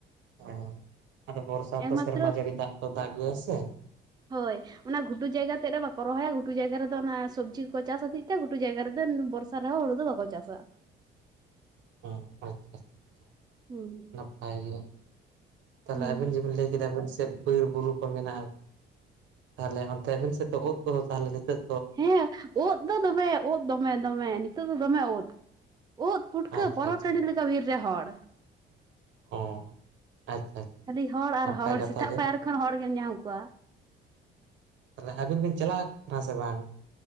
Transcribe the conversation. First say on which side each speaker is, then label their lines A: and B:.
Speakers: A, on the right; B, on the right.
A: ᱦᱮᱸ ᱟᱫᱚ ᱵᱚᱨᱥᱟ ᱛᱚ
B: ᱮᱠᱢᱟᱛᱨᱚ
A: ᱥᱮᱨᱢᱟ ᱡᱟᱹᱲᱤ ᱫᱟᱜ ᱛᱚ ᱫᱟᱜ ᱜᱮᱭᱟᱭ ᱥᱮ
B: ᱦᱳᱭ ᱚᱱᱟ ᱜᱷᱩᱴᱩ ᱡᱟᱭᱜᱟ ᱛᱮᱫ ᱨᱮ ᱵᱟᱠᱚ ᱨᱚᱦᱚᱭᱟ ᱜᱷᱩᱴᱩ ᱡᱟᱭᱜᱟ ᱨᱮᱫᱚ ᱚᱱᱟ ᱥᱚᱵᱽᱡᱤ ᱠᱚ ᱪᱟᱥ ᱦᱚᱛᱮᱜ ᱛᱮ ᱜᱷᱩᱴᱩ ᱡᱟᱭᱜᱟ ᱨᱮᱫᱚ <unintelligible> <unintelligible> ᱦᱩᱲᱩ ᱫᱚ ᱵᱟᱠᱚ ᱪᱟᱥ -ᱟ
A: <unintelligible>
B: ᱦᱩᱸ
A: ᱱᱟᱯᱟᱭ ᱜᱮᱭᱟ ᱛᱟᱦᱚᱞᱮ
B: ᱦᱩᱸ
A: ᱟᱵᱤᱱ ᱡᱮ ᱵᱤᱱ ᱞᱟᱹᱭ ᱠᱮᱫᱟ ᱵᱟᱭᱥᱟᱠᱷᱼᱼ ᱵᱤᱨ ᱵᱩᱨᱩ ᱠᱚ ᱢᱮᱱᱟᱜᱼᱟ ᱛᱟᱦᱚᱞᱮ ᱚᱱᱛᱮ ᱟᱹᱵᱮᱱ ᱥᱮᱫ ᱫᱚ ᱚᱛ ᱠᱚᱦᱚᱸ ᱛᱟᱦᱚᱞᱮ ᱱᱤᱛᱚᱜᱼᱼ
B: ᱦᱮᱸ <unintelligible> ᱩᱫ ᱫᱚ ᱫᱚᱢᱮ ᱩᱫᱼᱼ ᱫᱚᱢᱮ ᱫᱚᱢᱮ ᱱᱤᱛᱚᱜ ᱫᱚ ᱫᱚᱢᱮ ᱩᱫ ᱩᱫ ᱯᱩᱴᱠᱟᱹ
A: ᱟᱪᱪᱷᱟ
B: ᱯᱚᱨᱚᱵᱽ
A: ᱟᱪᱪᱷᱟ
B: ᱴᱟᱺᱰᱤ ᱞᱮᱠᱟ ᱵᱤᱨ ᱨᱮ ᱦᱚᱲ
A: ᱚ ᱟᱪᱪᱷᱟ ᱟᱪᱪᱷᱟ
B: ᱠᱷᱟᱹᱞᱤ ᱦᱚᱲ ᱟᱨ
A: ᱱᱟᱯᱟᱭ
B: ᱦᱚᱲ
A: ᱠᱟᱛᱷᱟ
B: ᱥᱮᱛᱟᱜ
A: ᱜᱮ
B: ᱯᱟᱭᱟᱨ ᱠᱷᱚᱱ ᱦᱚᱲ ᱜᱮᱢ ᱧᱟᱢ ᱠᱚᱣᱟ
A: ᱞᱟᱦᱟ ᱫᱤᱱ ᱵᱤᱱ ᱪᱟᱞᱟᱜ ᱟᱠᱟᱱᱟ ᱥᱮ ᱵᱟᱝᱼᱼ